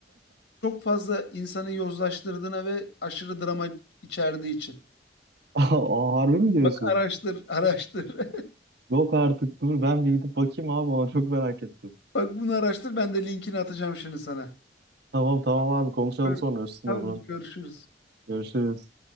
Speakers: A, on the left; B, on the right.
A: Çok fazla insanı yozlaştırdığına ve aşırı drama içerdiği için.
B: <laughs> Aa, harbi mi diyorsun?
A: Bak araştır, araştır. <laughs>
B: Yok artık dur ben bir gidip bakayım abi ona çok merak ettim.
A: Bak bunu araştır. Ben de linkini atacağım şimdi sana.
B: Tamam tamam abi konuşalım
A: Gör-
B: sonra üstüne
A: Tamam,
B: bunu.
A: görüşürüz.
B: Görüşürüz.